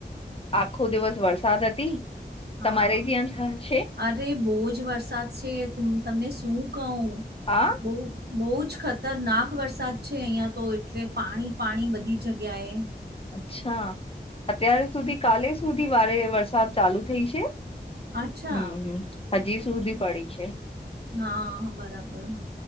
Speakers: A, on the left; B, on the right.
A: આખો દિવસ વરસાદ હતી.
B: હા
A: તમારે ત્યાં છે
B: અરે બહુ જ વરસાદ છે, તમને શું કહું.
A: હા.
B: બહુ બહુ જ ખતરનાક વરસાદ છે, અહીંયા તો એટલે પાણી પાણી બધી જગ્યાએ
A: અચ્છા અત્યાર સુધી કાલે સુધી વારે વરસાદ ચાલુ થઈ છે?
B: અચ્છા
A: હમ હ હજી સુધી પડી છે.
B: હા બરાબર.